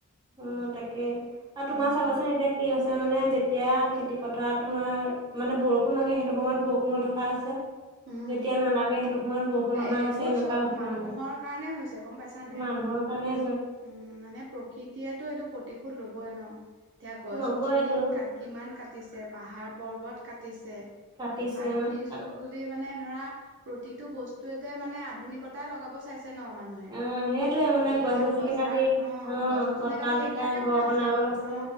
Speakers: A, on the right; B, on the right.
A: অ তাকে আৰু তোমাৰ
B: উম
A: চাবাচোন এতিয়া কি হৈছে মানে যেতিয়া খেতিপথাৰত তোমাৰ মানে বৰষুণ লাগে সেইটো সময়ত বৰষুণ নথকা হৈছে।
B: উম
A: যেতিয়া নালাগে সেটো সময়ত বৰষুণ
B: এ
A: অহা
B: এইবোৰ
A: হৈছে এনেকুৱা
B: চব
A: হৈছে
B: মানুহৰ
A: মানে,
B: কাৰণে হৈছে গম পাইছা নাই
A: মানুহৰ কাৰণে
B: উম মানে প্ৰকৃতিয়ে টো এইটো প্ৰতিশোধ লবই ন? এতিয়া গছ
A: ল'বইটো
B: গছনি কা কিমান কাটিছে পাহাৰ পৰ্বত কাটিছে
A: কাটিছে
B: আধুনীক
A: অ
B: যুগ
A: আকৌ
B: বুলি মানে ধৰা প্ৰতিটো বস্তু অতে মানে আধুনিকতা লগাব চাইছে। ছে ন মানুহে
A: অ সেইটোয়ে মানে
B: দু
A: গছ
B: কান
A: গছনি
B: বজাৰ
A: কাটি
B: অ গছ গছনি
A: অট্টালিকা
B: কাটি সেইবিলাকে
A: ঘৰ
B: বহাইছে
A: বনাব
B: অত
A: লৈছে
B: অ্